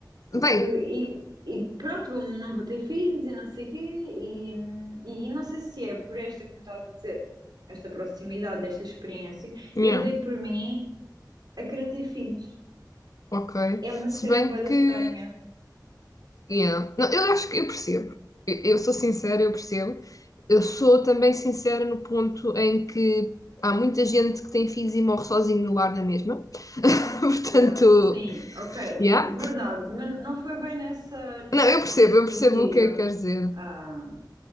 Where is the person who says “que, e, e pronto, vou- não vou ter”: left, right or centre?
Right